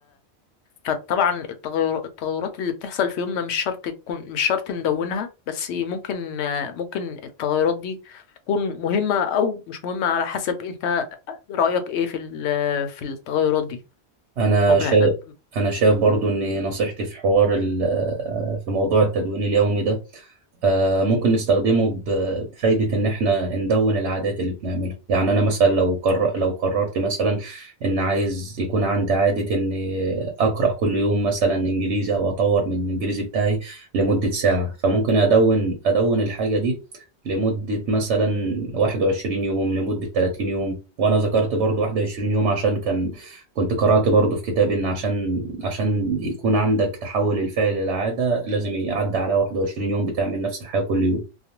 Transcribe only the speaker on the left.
فطبعا التغير- التغيرات اللي بتحصل في يومنا مش شرط تكون مش شرط ندونها بس ممكن ممكن التغيرات دي تكون مهمة أو مش مهمة على حسب أنت رأيك إيه في ال- في التغيرات دي
أو بتعتبر